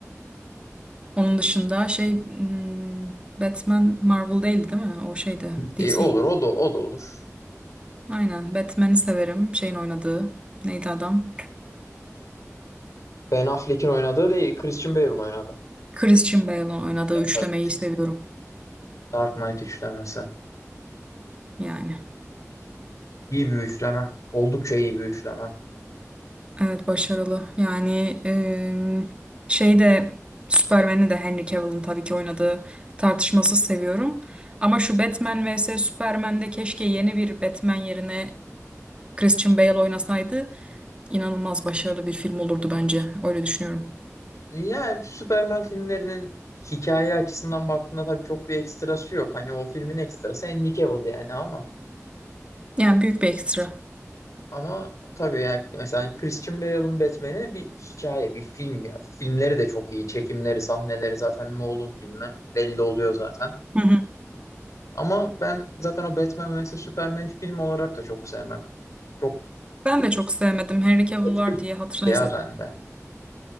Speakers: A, on the right (about 20°); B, on the left (about 75°).
A: Onun dışında şey hmm, Batman Marvel değildi değil mi? O şeydi
B: İyi,
A: DC.
B: olur o da o da olur.
A: Aynen Batman'i severim. Şeyin oynadığı neydi adam?
B: Ben Affleck'in oynadığı değil, Christian Bale'ın oynadığı.
A: Christian Bale'ın oynadığı üçlemeyi
B: Tabii.
A: seviyorum.
B: Dark Knight üçlemesi.
A: Yani.
B: İyi bir üçleme. Oldukça iyi bir üçleme.
A: Evet başarılı. Yani eee şey de Superman'i de Henry Cavill'ın tabii ki oynadığı tartışmasız seviyorum. Ama şu Batman vs Superman'de keşke yeni bir Batman yerine Christian Bale oynasaydı inanılmaz başarılı bir film olurdu bence. Öyle düşünüyorum.
B: Ya Superman filmlerinin hikaye açısından baktığında tabii çok bir ekstrası yok. Hani o filmin ekstrası Henry Cavill yani ama
A: Yani büyük bir ekstra.
B: ama tabii yani mesela Christian Bale'ın Batman'i bir hikaye, bir film ya. Filmleri de çok iyi. Çekimleri, sahneleri zaten Nolan filmi belli oluyor zaten.
A: Hı hı.
B: Ama ben zaten o Batman ve mesela Superman film olarak da çok sevmem. Çok
A: Ben de çok sevmedim. Henry Cavill
B: etki
A: var diye hatırına
B: ya
A: izledim.
B: bende.